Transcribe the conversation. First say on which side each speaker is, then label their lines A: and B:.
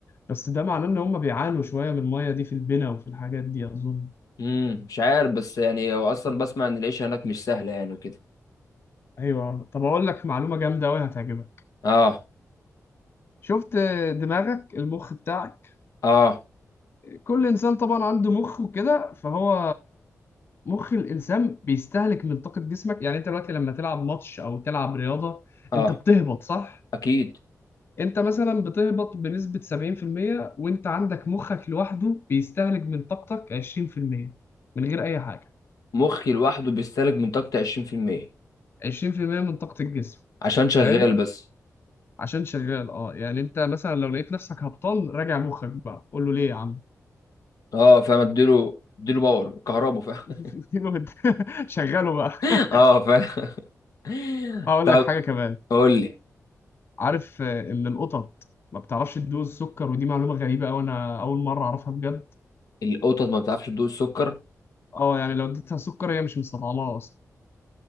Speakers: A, on the left; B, on the left.
A: بس ده معناه ان هما بيعانوا شويه من الميه دي في البنا وفي الحاجات دي اظن
B: مم، مش عارف بس يعني هو اصلا بسمع ان العيشة هناك مش سهلة يعني وكده
A: ايوه طب اقول لك معلومه جامده قوي هتعجبك
B: اه
A: شفت دماغك المخ بتاعك
B: اه
A: كل انسان طبعا عنده مخ وكده فهو مخ الانسان بيستهلك من طاقه جسمك يعني انت دلوقتي لما تلعب ماتش او تلعب رياضه
B: اه
A: انت بتهبط صح
B: اكيد
A: انت مثلا بتهبط بنسبه 70% وانت عندك مخك لوحده بيستهلك من طاقتك 20% من غير اي حاجه
B: مخي لوحده بيستهلك من طاقتي 20%
A: 20% من طاقه الجسم
B: عشان شغال
A: فاهم
B: بس
A: عشان شغال اه يعني انت مثلا لو لقيت نفسك هبطان راجع مخك بقى قول له ليه يا عم
B: اه فاهم اديله اديله باور كهربا فاهم
A: <laughs> شغله بقى
B: <laughs>
A: <laughs>
B: اه فاهم <laughs>
A: هقول
B: طب
A: لك حاجه كمان
B: قول لي
A: عارف آه، ان القطط ما بتعرفش تدوز السكر ودي معلومه غريبه قوي انا اول مره اعرفها بجد
B: القطط ما بتعرفش تدوق السكر
A: اه يعني لو اديتها سكر هي مش مستطعمها اصلا